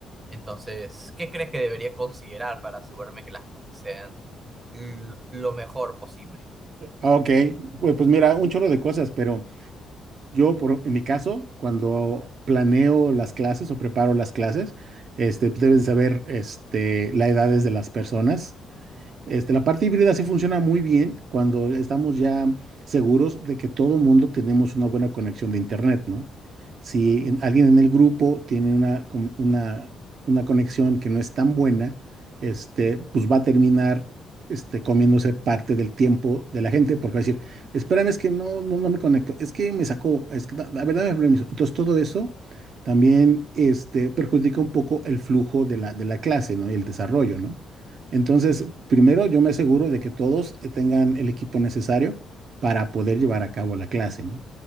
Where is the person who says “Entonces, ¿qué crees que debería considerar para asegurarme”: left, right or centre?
Right